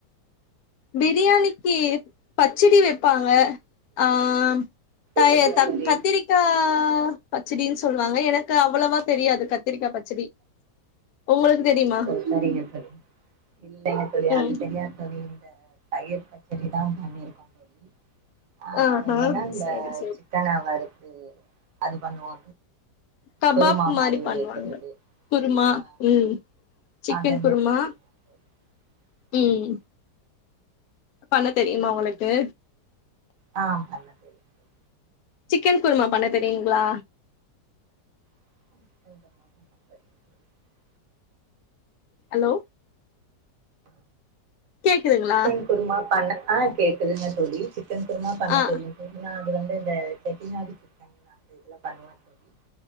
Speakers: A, on the left; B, on the right.
A: பிரியாணிக்கிப் பச்சடி வப் ப்பாங்க ஆஹ் தய
B: பண்ணுவீங்க? சரிங்க
A: தக்
B: தோழி
A: கத்திரிக்கா பச்சடின்னு சொல்வாங்க எனக் க்கு அவ்வளவா தெரியாது கத்திரிக்காப் பச்சடி உங்களுக்குத் தெரியுமா
B: ஓ சரிங்க தோழி இல்லைங்க தோழி
A: உம்
B: அது தெரியாது தோழி இந்த தயிர் பச்சடிதான் பண்ணிருக்கோ தோழி ஆஹ்
A: ஆஹா
B: அது இல்லன்னா இந்தச்
A: சேரி சேரி
B: சிக்கன வருத் அ அது பண்ணுவோ
A: கப்பாப்
B: குருமா
A: மாரிப்
B: மாரி
A: பண்ணுவாங்க
B: வைக்கிறது
A: குருமா
B: ஆ
A: உம் சிக்கன்
B: அந்த
A: குருமா
B: மாரி பண்ணுவோ தோழி ஆமா
A: ம் பண்ணத் தெரியுமா
B: முட்ட
A: உங்களுக்கு
B: ஆ பண்ண தெரியும் தோழி
A: சிக்கன் குருமாப் பண்ணத் தெரியுங்ளா
B: <unintelligible>
A: அலோ கேக்குதுங்களா
B: சிக்கன் குருமாப் பண்ணத் ஆ கேக்குதுங்க தோழி சிக்கன் குருமாப் பண்ணத்
A: ஆ
B: தெரியு தோழி நா இது வந்து இந்த செட்டிநாட்டு சிக்கன் வந்து இதெல்லா பண்ணுவே தோழி